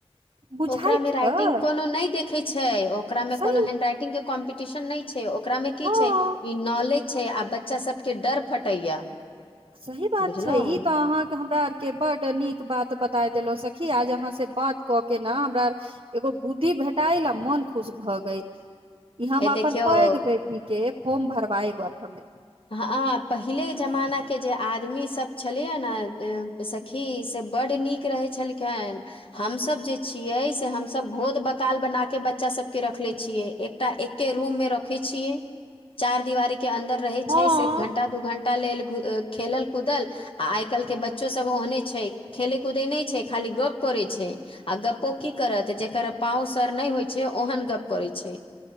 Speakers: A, on the right; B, on the left.
A: बुझाइत
B: ओकरा में राइटिंग
A: तऽ
B: कोनो नहि देखे छै, ओकरा मे
A: सही
B: कोनो हेंड रइटिंग के कॉम्पिटिशन नहि छ ओकरामे की
A: हँ
B: छै, ई नॉलेज छै, आ बच्चा सबके डर फटैया।
A: सही बात
B: बुझलहु
A: छै, ई तऽ अहाँके हमरा के बड नीक बात बताय देलो सखी, आज अहाँ से बात क के ने हमरा एगो बुद्धि भेटाईल आ मन खुश भ गेल, ई हम
B: हे
A: अपन
B: देखियौ
A: पैघ बेै ठीके फोर्म भरबाई अब हम
B: हँ, पहिलेके जमाना के जे आदमीसभ छलैया ने ए स खी से बड्ड नीक रहै छलखनि। हमस जे छियै से हमस भोध बकाल बना क बच्चा सबके रखले छियै एक टा एके रूम में रखे छियै, चार दिवारी के अन्दर रहे छै
A: हँ
B: से घण्टा, दू घण्टा लेल खेलल कूदल आ आइ काल के बच्चोसब ओहने छैय, खेलै कूदैत नय छैय खाली गप्प करैत छैय। आ गप्पो की करत जकर पाँंव सर नय होइ छैय ओहन गप्प करैत छैय।